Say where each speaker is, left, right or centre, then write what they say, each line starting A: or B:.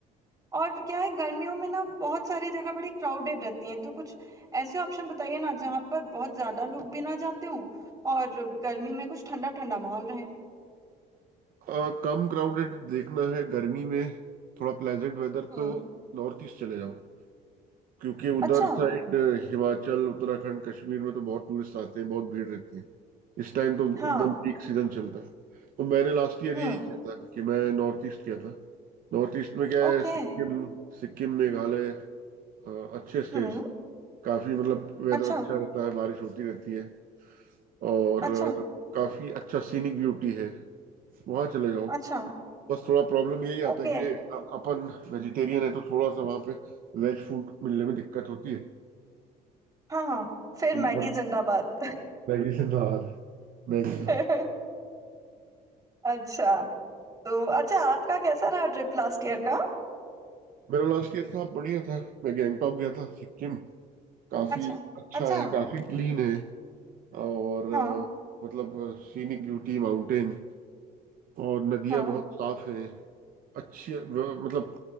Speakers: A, on the right (about 20°); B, on the right (about 55°).
A: और क्या है गर्मियों में ना बहुत सारी जगह बड़ी क्राउडेड रहती हैं तो कुछ ऐसे ऑप्शन बताइए ना जहाँ पर बहुत ज्यादा लोग भी ना जाते हों और गर्मी में कुछ ठंडा ठंडा माहौल रहे
B: आ, कम क्राउडेड देखना है गर्मी में थोड़ा प्लेजेंट वेदर
A: हम्म
B: तो नॉर्थ ईस्ट चले जाओ क्योंकि उधर
A: अच्छा
B: साइड हिमाचल उत्तराखंड कश्मीर में तो बहुत टूरिस्ट आते हैं बहुत भीड़ रहती है इस टाइम तो
A: हाँ
B: एकदम पीक सीजन चलता है तो मैंने लास्ट ईयर
A: हम्म
B: यही किया था कि मैं नॉर्थ ईस्ट किया था नॉर्थ ईस्ट में क्या
A: ओके
B: है सिक्किम सिक्किम मेघालय अ, अच्छे स्टेट्स
A: हम्म
B: हैं काफी मतलब वेदर
A: अच्छा
B: अच्छा रहता है बारिश होती रहती है और
A: अच्छा
B: अ, काफी अच्छा सीनिक ब्यूटी है वहां चले जाओ
A: अच्छा
B: बस थोड़ा प्रॉब्लम यही आता
A: ओके
B: है कि अ- अपन वेजिटेरियन है तो थोड़ा सा वहां पे वेज फूड मिलने में दिक्कत होती है
A: हाँ हाँ फिर मैगी
B: बट
A: जिंदाबाद
B: मैगी से नाराज है मैगी था
A: <laughs> अच्छा तो अच्छा आपका कैसा रहा ट्रिप लास्ट ईयर का
B: मेरा लास्ट ईयर था बढ़िया था मैं गैंगटॉक गया था सिक्किम काफी
A: अच्छा
B: अच्छा
A: अच्छा
B: है काफी क्लीन है और
A: हाँ
B: अ, मतलब सीनिक ब्यूटी माउंटेन और नदियां
A: हाँ
B: बहुत साफ हैं अच्छी व- मतलब